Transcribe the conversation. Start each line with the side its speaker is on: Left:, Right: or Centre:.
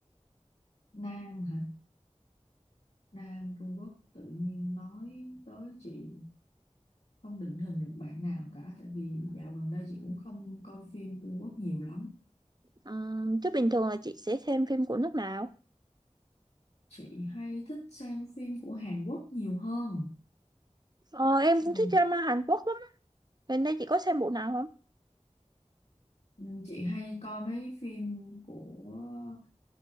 Left: nam hả nam Trung Quốc tự nhiên nói tới chị không định hình được bạn nào cả tại vì dạo gần đây chị cũng không coi phim Trung Quốc nhiều lắm
Right: Ừm, chứ bình thường là chị sẽ xem phim của nước nào
Left: chị hay thích xem phim của Hàn Quốc nhiều hơn
Right: ờ em cũng
Left: ừ.
Right: thích drama Hàn Quốc lắm gần đây chị có xem bộ nào không
Left: Ừ, chị hay coi mấy phim của